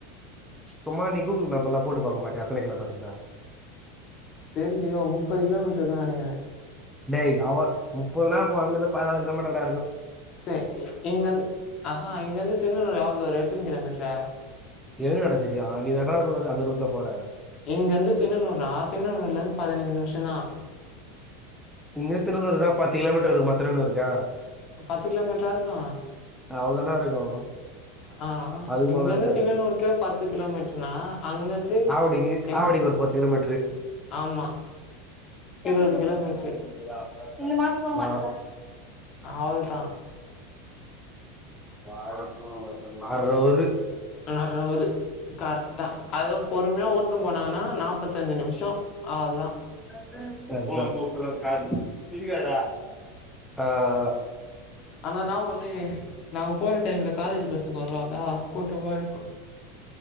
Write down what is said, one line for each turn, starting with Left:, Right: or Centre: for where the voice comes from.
Centre: சும்மா நீ கூகுள் மேப் எல்லாம் போட்டு பா்க்க மாட்டே எத்தன கிலோ மீட்டர்நு
Left: தெரிலை யோ முப்பது கிலோமீட்டர் இருகன்னு நினைகர
Centre: டேய் அவ முப்பதுனா அங்கிருத்து பதினாலு கிலோமீட்டர்
Left: சரி இங்கந்து ஆ இங்க வந்து தின்னன்னூறு அவ்வள தூர எத்தன கிலோமீட்டரா
Centre: எழுதுடா தெரியும் நீ தானே அந்த ரூட்ல போற
Left: இங்கருந்து தின்னனூறு தின்நண்ணூறுல இருந்து பதினஞ்சு நிமிஷோ தா
Centre: இங்க இருந்து தின்னன்னூறு பத்து கிலோமீட்டர் இருக்கு மத்தனொன்னு இருக்கா
Left: பத்து கிலோமீட்ரா இருக்கு
Centre: அவ்வளவுதானா இருக்கும்
Left: ஆ
Centre: அது மாரிலா
Left: இங்க இருந்து
Centre: இருக்காது
Left: தினனூருக்கே பத்து கிலோமீட்ருனா அங்கந்து
Centre: ஆவடிக்கு
Left: எ
Centre: ஆவடிக்கு ஒரு பத்து கிலோமீட்ரு
Left: ஆமா
Centre: எப்ப
Left: இருவது
Centre: டிரஸ்
Left: கிலோமீட்ரு
Centre: எடுக்க <unintelligible> இந்த மாச போமாட்ட
Left: அவ்ளதா
Centre: <unintelligible> அர ஊரு
Left: அர ஊரு கரெக்டா அதுவு பொறுமையா ஓட்டுனு போனாங்கன்னா நாப்பத்தஞ்சு நிமிஷோ அவ்ளதா
Centre: <unintelligible> ஆ
Left: ஆனா நா ஒன்னு நாவ் போற டைம்ல காலேஜ் பசங்க வருவாங்க கூட்டமா இருக்கு